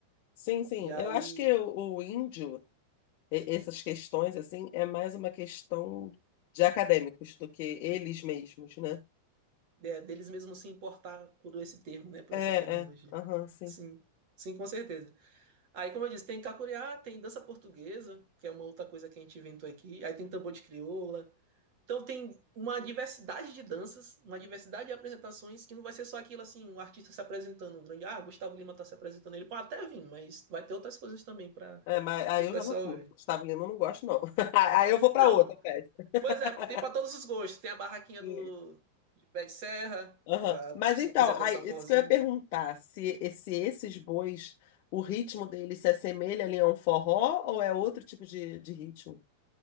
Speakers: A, on the left; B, on the right.
A: Sim, sim.
B: E aí
A: Eu acho que o, o índio. e- essas questões, assim, é mais uma questão de acadêmicos do que eles mesmos, né?
B: é, deles mesmos se importar por esse termo, né, por
A: É,
B: essa terminologia.
A: é, aham, sim.
B: Sim, sim, com certeza. Aí, como eu disse, tem cacuriá, tem dança portuguesa, que é uma outra coisa que a gente inventou aqui. Aí tem tambor de crioula. Então tem uma diversidade de danças, uma diversidade de apresentações, que não vai ser só aquilo assim, um artista se apresentando, um grande, ah, Gustavo Lima tá se apresentando, ele pode até vir, mas vai ter outras coisas também para
A: É, mas aí
B: o
A: eu
B: pessoal
A: já não curto.
B: ver.
A: Gustavo Lima eu não gosto, não. <laughs> Aí eu vou para
B: Não,
A: outra festa. <laughs>
B: pois é, tem para todos os gostos. Tem a barraquinha
A: Sim.
B: do de pé de serra,
A: Aham.
B: pra,
A: Mas
B: se
A: então,
B: quiser dançar
A: aí,
B: um
A: isso
B: forrozinho.
A: que eu ia perguntar, se, se esses bois, o ritmo deles se assemelha ali a um forró ou é outro tipo de, de ritmo?